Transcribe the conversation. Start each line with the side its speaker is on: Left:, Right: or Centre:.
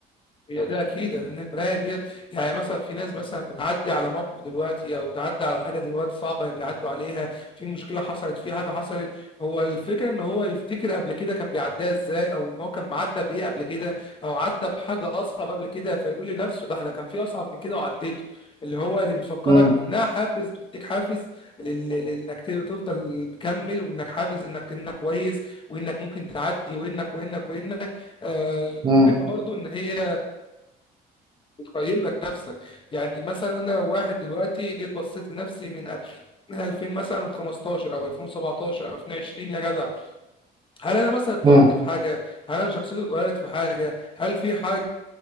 Left: هي ده اكيد لان البرايه ديت يعني مثلا في ناس مثلا بتعدي على موقف دلوقتي او بتعدي على حاجه دلوقتي صعبه بيعدوا عليها في مشكله حصلت في حاجه حصلت هو الفكره ان هو يفتكر قبل كده كان بيعديها ازاي او ان هو كان معدى بايه قبل كده او عدى بحاجه اصعب قبل كده فيقول لنفسه ده احنا كان في اصعب من كده وعديته اللي هو دي بتفكرك
Right: يعني
Left: منها حافز بتديك حافز لل- لانك تفضل مكمل وانك حافز انك انك كويس وانك ممكن تعدي وانك وانك وانك آه
Right: مم.
Left: ومنها برضو ان هي بتقيم لك نفسك يعني مثلا انا لو واحد دلوقتي جيت بصيت لنفسي من ألف من 2000 مثلا 15 او 2017 او 2020 يا جدع هل انا مثلا اتطورت
Right: مم.
Left: في حاجه هل انا شخصيتي اتغيرت في حاجه هل في حاجه